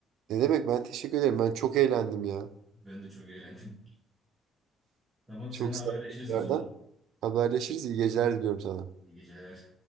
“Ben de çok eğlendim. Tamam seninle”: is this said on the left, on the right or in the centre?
Right